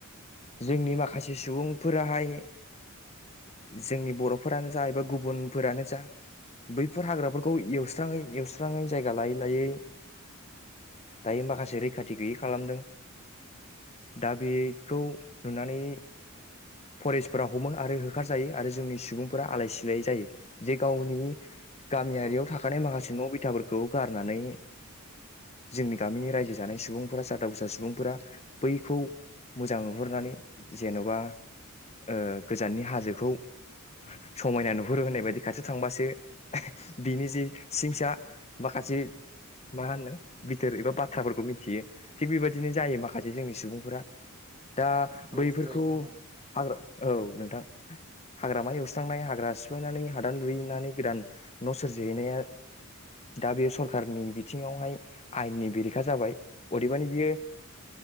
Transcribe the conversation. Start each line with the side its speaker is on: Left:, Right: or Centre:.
Left: जोंनि माखासे सुबुंफोराहाय जोंनि बर'फोरानो जा एबा गुबुनफोरानो जा बैफोर हाग्राफोरखौ एवस्राङै एवस्राङै जायगा लायै लायै दायो माखासे रैखाथि गैयै खालामदों दा बेखौ नुनानै फरेस्टफोरा हमो आरो होखार जायो आरो जोंनि सुबुंफोरा आलाय सिलाय जायो जे गावनि गामियारियाव
Right: औ
Left: थाखानाय माखासे न बिथाफोरखौ गारनानै जोंनि गामिनि रायजो जानाय सुबुंफोरा सादा बुसा सुबुंफोरा बैखौ मोजां नहरनानै जेन'बा ओ गोजाननि हाजो खौ समायना नुहुरो होननाय बायदि खाथियाव थांबासो बिनि जि सिंसा माखासे मा होनो बिथोर एबा बाथ्राफोरखौ मिथियो थिग बेबायदिनो जायो माखासे जोंनि सुबुंफोरा दा
Right: औ
Left: बैफोरखौ
Right: जायो नोंथां औ
Left: हाग्रा औ नोंथां। हाग्रामा एवस्रांनाय हाग्रा सिफायनानै हादान लुहैनानै गोदान न' सोरजिहैनाया दा बेयो सरखारारनि बिथिङावहाय आयेननि बेरेखा जाबाय अदेबानि बियो